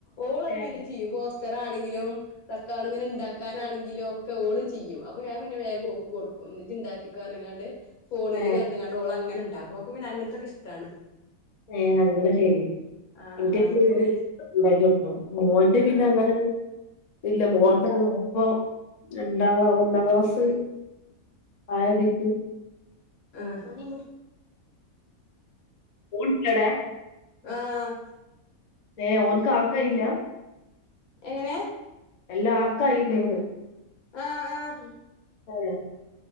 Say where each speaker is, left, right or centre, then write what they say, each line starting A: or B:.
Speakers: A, on the left (about 85°); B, on the left (about 60°).
A: ഓളത്
B: ഏ
A: പിന്നെ ചെയ്യും പോസ്റ്റെറാണെങ്കിലും പ്ലക്കാടിങ്ങനെ ഇണ്ടാക്കാനാണെങ്കിലും ഒക്കെ ഓള് ചെയ്യും അപ്പ ഞാൻ പിന്നെ വേഗം ഓക്ക് കൊട് ക്കും ഇജ്ജ് ഇണ്ടാക്കിക്കോ അർഞ്ഞിങ്ങാണ്ട് ഫോണില്
B: ഏ
A: കണ്ടിങ്ങാണ്ട് ഓളങ്ങനെണ്ടാക്കു ഓക്ക് പിന്നങ്ങൻത്തൊക്കെ ഇഷ്ടാണ്
B: ഏഹ അങ്ങനെ ശരി
A: ആഹ്
B: ന്റെ
A: ആഹ് അപ്പൊ
B: പി
A: പിന്നെ
B: ഞ ഇണ്ടാക്ക്യൊട്ത്തോ മോന്റെ പിന്നങ്ങനെ
A: ആഹ്
B: ഇല്ല മോൻ്റെ <unintelligible> രണ്ടാങ്ക്ലാ ഒന്നാങ്ക്ലാസ് ആയതീക്ക്
A: ആഹ്
B: ഓൺ <unintelligible>
A: ആഹ്
B: ഏഹ് ഓൻക്കാക്കയില്ല
A: എങ്ങെനെ
B: എല്ലാക്കായില്ലേന്ന്
A: ആഹ് ആഹ്
B: ഏഹ്